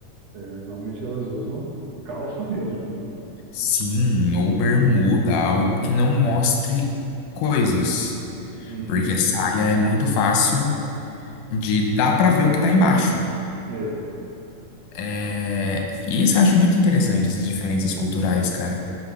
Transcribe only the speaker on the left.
Sim, ou bermuda, algo que não mostre coisas.
Porque saia é muito fácil de dá pra ver o que tá embaixo.
É, E isso eu acho muito interessante, essas diferenças culturais, cara.